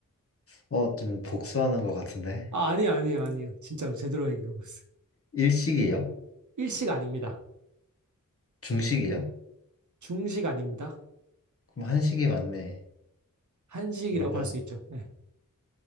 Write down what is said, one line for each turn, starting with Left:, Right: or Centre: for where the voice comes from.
Left: 어, 지금 복수하는 것 같은데.
Right: 아, 아니요, 아니요, 아니요. 진짜로 제대로 얘기하고 있어요.
Left: 일식이야?
Right: 일식 아닙니다.
Left: 중식이야?
Right: 중식 아닙니다.
Left: 그럼 한식이 맞네.
Right: 한식이라고
Left: 그러면
Right: 할 수 있죠. 네.